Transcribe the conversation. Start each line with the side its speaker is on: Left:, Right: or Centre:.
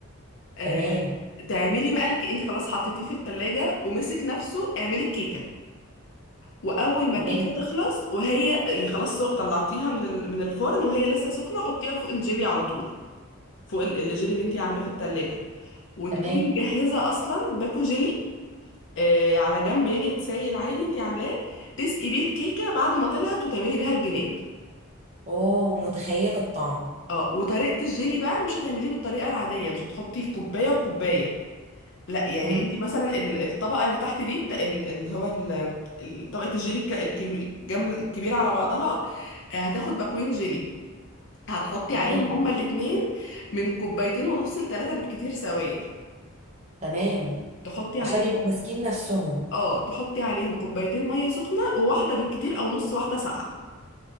Left: آه،
Right: تمام
Left: تعملي بقى الك... انت خلاص حطيتيه في التلاجة ومسك نفسه اعملي الكيكة واول ما
Right: تمام
Left: الكيكة تخلص وهي يعني خلاص سو- طلعتيها من ال... من الفرن وهي لسه سخنة حطيها فوق الجيلي على طول فوق ال- الجيلي اللي انت عاملاه في التلاجة وتكوني
Right: تمام
Left: مجهزة اصلا باكو جيلي آه على جنب يعني سايل العادي انت عاملاه تسقي بيه الكيكه بعد ما طلعت وتعملي بيها الجناب
Right: اوه متخيلة الطعم
Left: اه وطريقه الجيلي بقى مش هتعمليه بالطريقه العاديه مش هتحطي كوبايه وكوبايه لا يعني
Right: مم.
Left: انت مثلا ال- الطبقه اللي تحت دي بتا- ال- اللي هو ال- ال- طبقه الجيلي الك- الكبي- جم- الكبيره على بعضها آه، هتاخد باكوين جيلي هتحطي
Right: تمام
Left: عليهم هما الاتنين من كوبايتين ونص لتلاته بالكتير سوائل
Right: تمام
Left: تحطي عليهم
Right: عشان يبقوا ماسكين نفسهم
Left: اه تحطي عليهم كوبايتين ميه سخنه وواحده بالكتير او نص واحده ساقعه